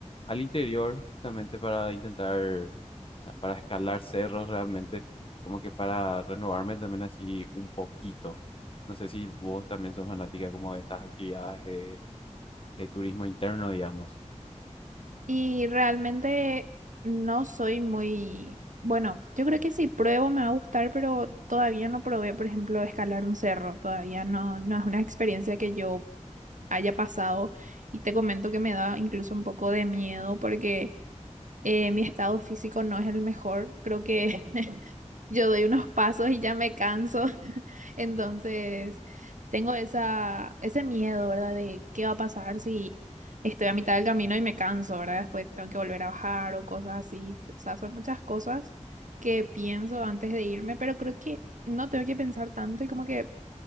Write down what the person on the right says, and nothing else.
Y realmente no soy muy, bueno, yo creo que si pruebo me va a gustar, pero todavía no probé, por ejemplo, escalar un cerro. Todavía no, no es una experiencia que yo haya pasado. Y te comento que me da incluso un poco de miedo porque eh, mi estado físico no es el mejor. Creo que <laughs> Yo doy unos pasos y ya me canso. <laughs> Entonces, tengo esa, ese miedo, ¿verdad? De qué va a pasar si estoy a mitad del camino y me canso, ¿verdad? Después tengo que volver a bajar o cosas así. O sea, son muchas cosas que pienso antes de irme, pero creo que no tengo que pensar tanto y como que